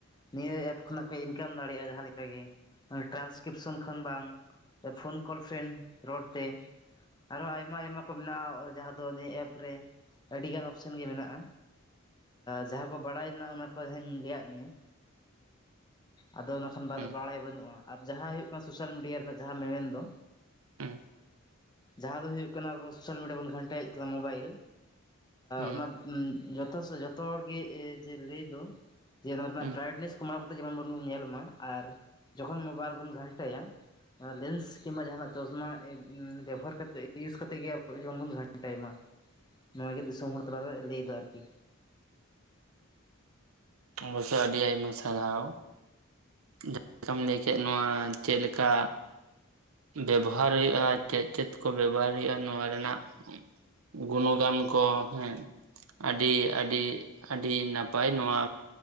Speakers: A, on the left; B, on the right.
A: ᱱᱤᱭᱟᱹ ᱮᱯ ᱠᱷᱚᱱᱟᱜ ᱠᱚ ᱤᱱᱠᱟᱢ ᱫᱟᱲᱮᱭᱟᱜᱼᱟ ᱡᱟᱦᱟᱸ ᱞᱮᱠᱟ ᱜᱮ ᱴᱨᱟᱱᱥᱠᱨᱤᱯᱥᱚᱱ ᱠᱷᱚᱱ ᱵᱟᱝ ᱯᱷᱳᱱ ᱠᱚᱞ ᱯᱷᱨᱮᱱᱰ ᱨᱚᱲ ᱛᱮ ᱟᱨᱦᱚᱸ ᱟᱭᱢᱟ ᱟᱭᱢᱟ ᱠᱚ ᱢᱮᱱᱟᱜᱼᱟ ᱡᱟᱦᱟᱸ ᱫᱚ ᱱᱤᱭᱟᱹ ᱮᱯ ᱨᱮ ᱟᱹᱰᱤ ᱜᱟᱱ ᱚᱯᱥᱮᱱ ᱜᱮ ᱢᱮᱱᱟᱜᱼᱟ ᱡᱟᱦᱟᱸ ᱠᱚ ᱵᱟᱲᱟᱭ ᱨᱮᱱᱟ ᱚᱱᱟ ᱠᱚ ᱦᱟᱸᱜ ᱤᱧ ᱞᱟᱹᱭᱟᱫ ᱢᱮᱭᱟ ᱟᱫᱚ ᱠᱷᱟᱱ
B: ᱦᱩᱸ
A: ᱵᱟᱲᱟᱭ ᱵᱟᱹᱱᱩᱜᱼᱟ ᱟᱨ ᱡᱟᱦᱟᱸ ᱦᱩᱭᱩᱜ ᱠᱟᱱᱟ ᱥᱳᱥᱟᱞ ᱢᱤᱰᱤᱭᱟ ᱨᱮᱱᱟᱜ ᱡᱟᱦᱟᱸ ᱢᱮᱱᱫᱚ
B: ᱦᱩᱸ
A: ᱡᱟᱦᱟᱸ ᱫᱚ ᱦᱩᱭᱩᱜ ᱠᱟᱱᱟ ᱟᱵᱚ ᱥᱳᱥᱟᱞ ᱢᱤᱰᱤᱭᱟ ᱵᱚᱱ ᱜᱷᱟᱱᱴᱟᱭᱮᱫ ᱠᱟᱱᱟ ᱢᱳᱵᱟᱭᱤᱞ
B: ᱦᱩᱸ
A: ᱚᱱᱟ ᱡᱚᱛᱚ ᱡᱚᱛᱚ ᱦᱚᱲ ᱜᱮ ᱡᱮ ᱞᱟᱹᱭ ᱫᱚ ᱡᱮ ᱱᱚᱣᱟ ᱨᱮᱱᱟᱜ
B: ᱦᱩᱸ
A: ᱵᱨᱟᱭᱴᱱᱮᱥ ᱠᱚᱢᱟᱣ ᱠᱟᱛᱮ ᱡᱮᱢᱚᱱ ᱵᱚᱱ ᱧᱮᱞ ᱢᱟ ᱟᱨ ᱡᱚᱠᱷᱚᱱ ᱢᱳᱵᱟ. ᱭᱤᱞ ᱵᱚᱱ ᱜᱷᱟᱱᱴᱟᱭᱟ ᱞᱮᱱᱥ ᱠᱤᱢᱵᱟ ᱡᱟᱦᱟᱱᱟᱜ ᱪᱚᱥᱢᱟ ᱵᱮᱵᱚᱦᱟᱨ ᱠᱟᱛᱮ ᱤᱭᱩᱡᱽ ᱠᱟᱛᱮᱫ ᱜᱮ ᱟᱵᱚ ᱡᱮᱢᱚᱱ ᱵᱚᱱ ᱜᱷᱟᱱᱴᱟᱭ ᱢᱟ ᱱᱚᱣᱟ ᱜᱮ ᱫᱤᱥᱚᱢ ᱦᱚᱲ ᱛᱟᱞᱟᱨᱮ ᱞᱟᱹᱭᱮᱫᱟ ᱟᱨᱠᱤ
B: ᱚᱵᱚᱥᱳᱭ ᱟᱹᱰᱤ ᱟᱭᱢᱟ ᱥᱟᱨᱦᱟᱣ ᱡᱟᱦᱟᱸ ᱞᱮᱠᱟᱢ ᱞᱟᱹᱭ ᱠᱮᱫ ᱱᱚᱣᱟ ᱪᱮᱫ ᱞᱮᱠᱟ ᱵᱮᱵᱚᱦᱟᱨ ᱦᱩᱭᱩᱜᱼᱟ ᱪᱮᱫ ᱪᱮᱫ ᱠᱚ ᱵᱮᱵᱚᱦᱟᱨ ᱦᱩᱭᱩᱜᱼᱟ ᱱᱚᱣᱟ ᱨᱮᱱᱟᱜ ᱜᱩᱱ ᱜᱟᱱ ᱠᱚ ᱦᱮᱸ ᱟᱹᱰᱤ ᱟᱹᱰᱤ ᱟᱹᱰᱤ ᱱᱟᱯᱟᱭ ᱱᱚᱣᱟ